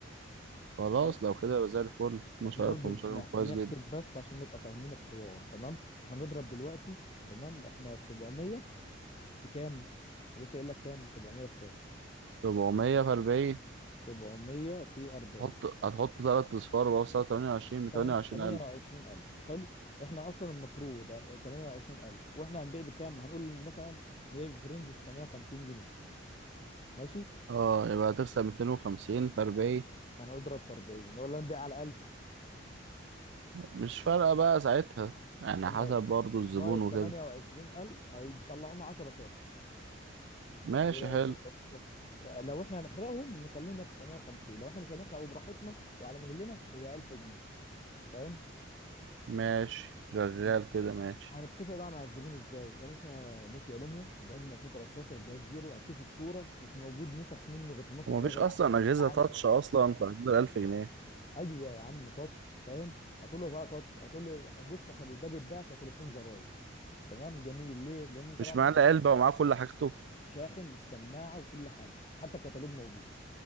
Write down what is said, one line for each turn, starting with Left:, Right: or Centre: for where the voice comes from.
Right: خلاص
Left: فاهم
Right: لو كده يبقى زي الفل 12000
Left: احنا برضو
Right: 15000
Left: نح-
Right: كويس
Left: نحسب
Right: جدا
Left: بس عشان نبقى فاهمين الحوار تمام احنا نضرب دلوقتي تمام احنا 700 في كام أنا لسه قايل لك كام 700 في كام
Right: 700 في 40
Left: 700 في 40
Right: هتحط هتحط تلات أصفار بقى في سعر تمانية وعشرين بتمانية
Left: تمانية-
Right: وعشرين
Left: 28000
Right: ألف
Left: حلو احنا اصلا المفروض 28000 واحنا هنبيع بكام هنقول مثلا نبيع في رينج 950 جنيه ماشي
Right: اه يبقى هتكسب ميتين وخمسين في أربعين
Left: انا اضرب في 40 ولا نبيع على 1000
Right: مش فارقة بقى ساعتها يعني
Left: تمام
Right: حسب برضو الزبون
Left: ناقص
Right: وكده
Left: 28000 هيطلعوا لنا 10 صافي
Right: ماشي
Left: ايه رايك
Right: حلو
Left: في الحوار ده لو احنا هنحرقهم نخليهم 950 لو احنا مش هنحرق وبراحتنا وعلى مهلنا يبقى 1000 جنيه فاهم
Right: ماشي شغال
Left: ماشي
Right: كده ماشي
Left: هنتفق بقى مع الزبون ازاي يا باشا نوكيا لوميا الجهاز من 2013 الجهاز زيرو هتشوف الصوره مش موجود نسخ منه غير في مصر
Right: ومفيش
Left: كلها غير
Right: أصلا
Left: ع-
Right: أجهزة
Left: غير عند
Right: تاتش أصلا في حدود الألف جنيه
Left: ايوه يا عم تاتش فاهم هتقول له بقى تاتش هتقول له بص احنا بي- ده بيتباع كتليفون زراير تمام جميل ليه لان طبعا
Right: مش
Left: ما
Right: معاه
Left: فيهوش
Right: إلا علبة ومعاه كل حاجته
Left: شاحن والسماعه وكل حاجه حتى الكتالوج موجود